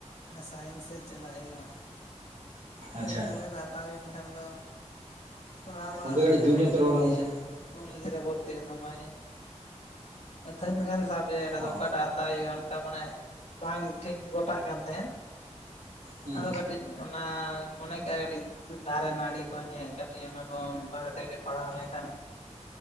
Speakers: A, on the left (about 70°); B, on the right (about 85°).
A: ᱥᱟᱭᱮᱱᱥ ᱥᱮᱫ ᱪᱟᱞᱟᱜ ᱦᱩᱭᱩᱜᱼᱟ। ᱫᱤᱭᱮ
B: ᱟᱪᱪᱷᱟ
A: ᱚᱱᱠᱟ ᱞᱮᱠᱟᱛᱮ ᱦᱟᱛᱟᱣ ᱦᱩᱭᱮᱱ ᱠᱷᱟᱱ ᱫᱚᱼᱼ ᱯᱟᱲᱦᱟᱣ ᱵᱟᱲᱟ
B: ᱜᱚᱝᱠᱮ
A: ᱦᱩᱭᱱᱟ
B: ᱠᱟᱹᱴᱤᱡ ᱡᱳᱨ ᱧᱚᱜ
A: ᱦᱩᱭᱱᱟ
B: ᱛᱮ ᱨᱚᱲ ᱢᱮ
A: ᱫᱤᱭᱮ
B: ᱢᱟᱥᱮ
A: ᱠᱚᱞᱮᱡᱽ ᱨᱮ ᱵᱷᱚᱨᱛᱤᱜ ᱥᱚᱢᱚᱭᱼᱼ ᱟᱹᱛᱷᱟᱹᱱ ᱜᱟᱱ ᱥᱟᱵᱡᱮᱠᱴ ᱟᱫᱚ
B: ᱦᱚᱸ
A: ᱚᱠᱟᱴᱟᱜ ᱦᱟᱛᱟᱣ ᱦᱩᱭᱩᱜᱼᱟ ᱚᱱᱠᱟ ᱢᱟᱱᱮ ᱵᱟᱝ ᱴᱷᱤᱠ ᱜᱚᱴᱟᱜ ᱠᱟᱱ ᱛᱟᱦᱮᱸᱱ᱾
B: ᱦᱩᱸ
A: ᱟᱫᱚ ᱠᱟᱹᱴᱤᱡ ᱚᱱᱟ ᱢᱚᱱᱮ ᱠᱮᱜᱼᱟ ᱠᱟᱹᱴᱤᱡ ᱫᱟᱨᱮ ᱱᱟᱹᱲᱤ ᱠᱚ ᱧᱮᱜ ᱠᱟᱹᱴᱤᱡ ᱚᱱᱟ ᱠᱚ ᱵᱟᱨᱮᱛᱮ ᱠᱟᱹᱴᱤᱡ ᱯᱟᱲᱦᱟᱣ ᱞᱮᱱᱠᱷᱟᱱ